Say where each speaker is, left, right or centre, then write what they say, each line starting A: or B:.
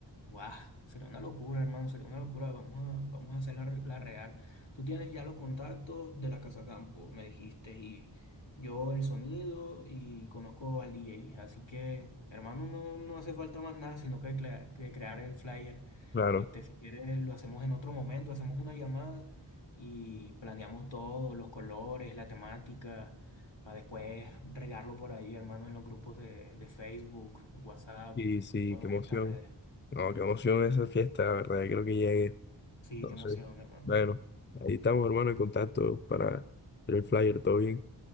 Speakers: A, on the left; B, on the left.
A: Guau, sería una locura, hermano, sería una locura. Vamos a, vamos a hacer la, re- la real. Tú tienes ya los contactos de la Casa Campo, me dijiste, y yo el sonido y conozco al DJ. Así que, hermano, no, no hace falta más nada, sino que, crea- que crear el flyer.
B: claro.
A: Este, si quieres, lo hacemos en otro momento, hacemos una llamada y planeamos todo, los colores, la temática para después regarlo por ahí, hermano, en los grupos de, de Facebook, WhatsApp,
B: Y sí,
A: todas
B: qué emoción.
A: estas redes.
B: No, qué emoción esa fiesta, la verdad, creo que llegue.
A: Sí,
B: Entonces,
A: qué emoción, hermano.
B: bueno, ahí estamos, hermano, en contacto para hacer el flyer, todo bien.